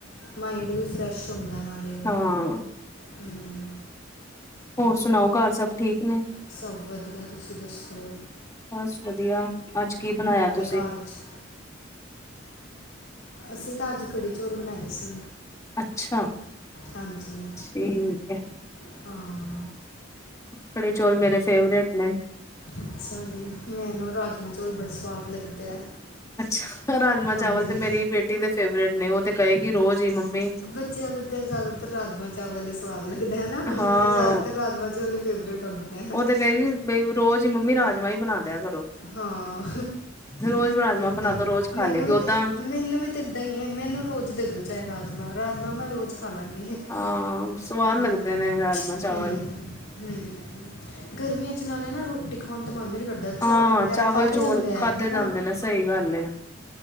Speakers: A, on the left; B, on the left.
A: ਮਾਇੰਡ ਵੀ ਫਰੈਸ਼ ਹੁੰਦਾ ਨਾਲੇ
B: ਹਾਂ
A: ਹੂੰ
B: ਹੋਰ ਸੁਣਾਓ ਘਰ ਸਭ ਠੀਕ ਨੇ
A: ਸਭ ਵਧੀਆ ਤੁਸੀ ਦਸੋ
B: ਬਸ ਵਧੀਆ ਅੱਜ ਕੀ ਬਣਾਇਆ ਤੁਸੀਂ।
A: ਘਰ 'ਚ ਅਸੀਂ ਤਾਂ ਅੱਜ ਕੜੀ ਚੌਲ ਬਣਾਏ ਸੀ।
B: ਅੱਛਾ
A: ਹਾਂਜੀ
B: ਠੀਕ ਹੈ।
A: ਹਾਂ।
B: ਕੜੀ ਚੌਲ ਮੇਰੇ ਫੇਵਰੇਟ ਨੇ।
A: ਅੱਛਾ ਜੀ ਮੈਨੂੰ ਰਾਜਮਾਂ ਚੋਲ ਬੜੇ ਸਵਾਦ ਲੱਗਦੇ ਆ।
B: ਅੱਛਾ ਰਾਜਮਾਂ
A: ਹਾਂਜੀ
B: ਚਾਵਲ ਤੇ ਮੇਰੀ ਬੇਟੀ ਦੇ ਫੇਵਰੇਟ ਨੇ ਉਹ ਤੇ ਕਹੇਗੀ ਰੋਜ਼ ਹੀ ਮੰਮੀ।
A: ਬੱਚਿਆ ਦੇ ਤੇ ਜ਼ਿਆਦਾਤਰ ਰਾਜਮਾ ਚਾਵਲ ਹੀ ਸਵਾਦ ਲੱਗਦੇ ਹਨ ਓਨਾ
B: ਹਾਂ
A: ਦੇ ਜ਼ਿਆਦਾਤਰ ਰਾਜਮਾਂ ਚੋਲ ਹੀ ਫੇਵਰੇਟ ਹੁੰਦੇ ਆ।
B: ਉਹ ਤੇ ਏ ਬਈ ਰੋਜ਼ ਮੰਮੀ ਰਾਜਮਾ ਹੀ ਬਣਾ ਦਿਆ ਕਰੋ।
A: ਹਾਂ
B: ਰੋਜ਼ ਰਾਜਮਾਂ
A: ਏਦਾਂ
B: ਬਣਾ
A: ਹੀ
B: ਦੋ
A: ਆ
B: ਰੋਜ਼ ਖਾ
A: ਮੈਨੂੰ
B: ਲਏਗੀ
A: ਵੀ
B: ਉਹ
A: ਤੇ
B: ਤਾਂ
A: ਮੈਨੂੰ ਵੀ ਇੱਦਾਂ ਹੀ ਹੈ ਮੈਨੂੰ ਰੋਜ਼ ਦੇ ਦੋ ਚਾਹੇ ਰਾਜਮਾਂ ਰਾਜਮਾਂ ਮੈਂ ਰੋਜ਼ ਖਾ ਲਾਂਗੀ।
B: ਹਾਂ ਸਵਾਦ
A: ਹਾਂ
B: ਲੱਗਦੇ ਨੇ ਰਾਜਮਾਂ ਚਾਵਲ।
A: ਹੂੰ ਹੂੰ ਗਰਮੀਆਂ ਚ ਨਾਲੇ ਨਾ ਰੋਟੀ ਖਾਣ ਦਾ ਮਨ ਵੀ ਨੀ ਕਰਦਾ। ਚਾਵਲ
B: ਹਾਂ
A: ਵਗੈਰਾ
B: ਚਾਵਲ
A: ਖਾਧੇ
B: ਚੂਵਲ
A: ਜਾਂਦੇ ਹੈ
B: ਖਾਧੇ
A: ਹਨਾ
B: ਜਾਂਦੇ
A: ਹੂੰ।
B: ਨੇ ਸਹੀ ਗੱਲ ਏ